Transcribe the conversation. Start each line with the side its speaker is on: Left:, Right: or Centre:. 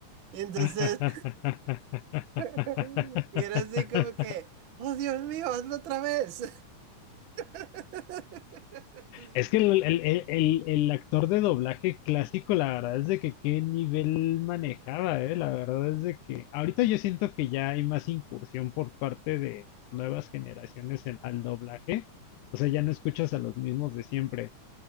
Right: Y entonces,
Left: <laughs>
Right: <laughs> y era así como que, ¡Oh, Dios mío, hazlo otra vez! <laughs>
Left: Es que el, el- el- el- el actor de doblaje clásico, la verdad es de que qué nivel manejaba, eh. La verdad es de que ahorita yo siento que ya hay más incursión por parte de nuevas generaciones en- al doblaje. O sea, ya no escuchas a los mismos de siempre.